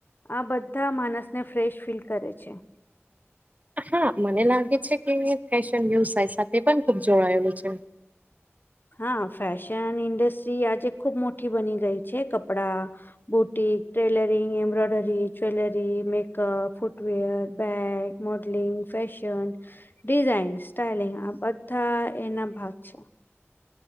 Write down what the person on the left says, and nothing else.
આ બધા માણસને ફ્રેશ ફીલ કરે છે.
હા ફેશન ઇન્ડસ્ટ્રી આજે ખુબ મોટી બની ગઈ છે. કપડા boutique, tailoring, embroidery, jewellery, makeup, footwear, bag modelling, fashion design, styling આ બધા એના ભાગ છે.